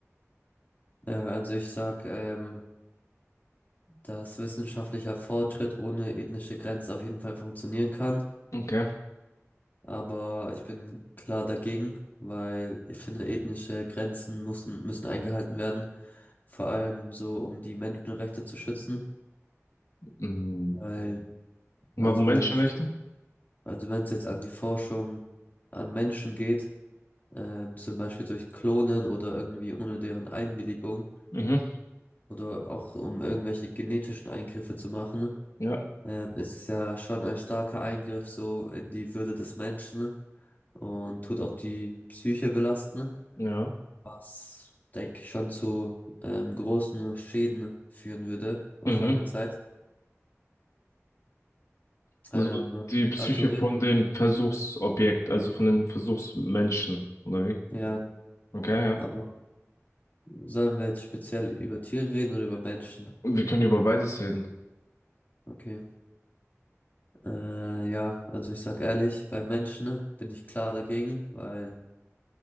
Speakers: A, on the left; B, on the left.
A: Äh, also ich sag, ähm, dass wissenschaftlicher Fortschritt ohne ethnische Grenzen auf jeden Fall funktionieren kann,
B: Okay.
A: aber ich bin klar dagegen, weil ich finde, ethnische Grenzen müssen, müssen eingehalten werden, vor allem so, um die Menschenrechte zu schützen.
B: Mhm.
A: Weil
B: Warum
A: Also wenn
B: Menschenrechte?
A: jetzt, also wenn es jetzt an die Forschung an Menschen geht, ähm, zum Beispiel durch Klonen oder irgendwie ohne deren Einwilligung
B: Mhm.
A: oder auch um irgendwelche genetischen Eingriffe zu machen,
B: Ja,
A: ähm, ist es ja schon ein starker Eingriff so in die Würde des Menschen und tut auch die Psyche belasten,
B: ja.
A: was, denke ich, schon zu ähm, großen Schäden führen würde auf
B: Mhm.
A: lange Zeit. Ähm,
B: Also die Psyche
A: also reden,
B: von den Versuchsobjekt, also von den Versuchsmenschen, oder wie?
A: ja,
B: Okay, ja.
A: aber Sollen wir jetzt speziell über Tiere reden oder über Menschen?
B: Wir können über beides reden.
A: Okay. Äh, ja, also ich sag ehrlich, bei Menschen bin ich klar dagegen, weil